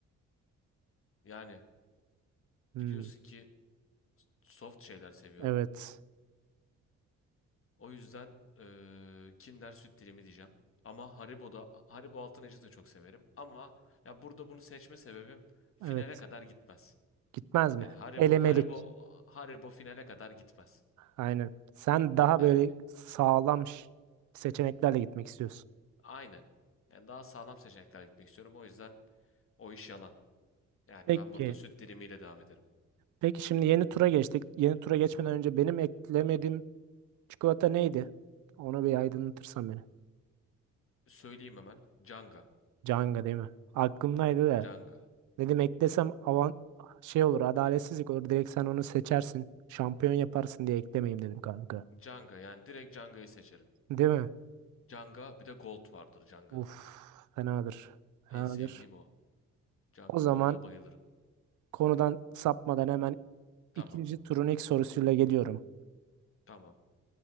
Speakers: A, on the left; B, on the right.
A: Yani
B: Hmm,
A: biliyorsun ki soft şeyler seviyorum.
B: evet.
A: O yüzden eee, Kinder süt dilimi diyeceğim. Ama Haribo'da Haribo altın acı da çok severim. Ama ya burada bunu seçme sebebim finale
B: Evet.
A: kadar gitmez.
B: Gitmez mi?
A: Yani Haribo
B: Elemelik.
A: Haribo Haribo finale kadar gitmez.
B: Aynen. Sen daha
A: Yani
B: böyle sağlam ş- seçeneklerle gitmek istiyorsun.
A: aynen. Yani daha sağlam seçenekler gitmek istiyorum. O yüzden o iş yalan. Yani
B: Peki.
A: ben burada süt dilimiyle devam ederim.
B: Peki şimdi yeni tura geçtik. Yeni tura geçmeden önce benim eklemediğim Çikolata neydi? Onu bir aydınlatırsan beni.
A: Söyleyeyim hemen. Canga.
B: Canga değil mi? Aklımdaydı da.
A: Canga.
B: Dedim eklesem avant şey olur adaletsizlik olur. Direkt sen onu seçersin. Şampiyon yaparsın diye eklemeyeyim dedim kanka.
A: Canga yani direkt Canga'yı seçerim.
B: Değil mi?
A: Canga bir de Gold vardır Canga'nın.
B: Uf fenadır. Fenadır.
A: En sevdiğim o. Canga
B: O zaman
A: Gold'a bayılırım.
B: konudan sapmadan hemen
A: Tamam.
B: ikinci turun ilk sorusuyla geliyorum.
A: Tamam.